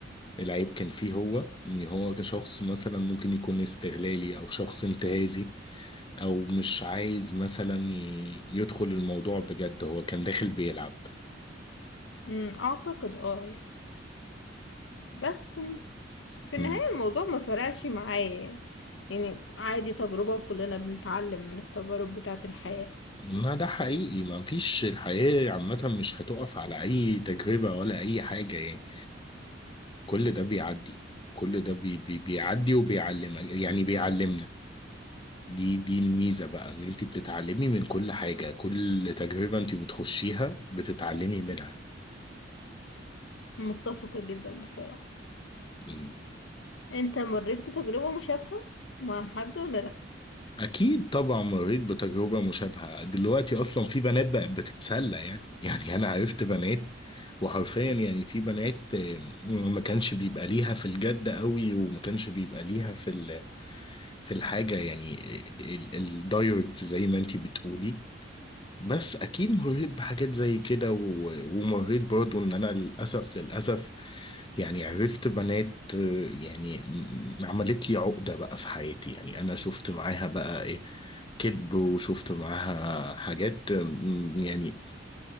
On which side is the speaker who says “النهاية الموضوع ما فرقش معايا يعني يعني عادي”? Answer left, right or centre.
Left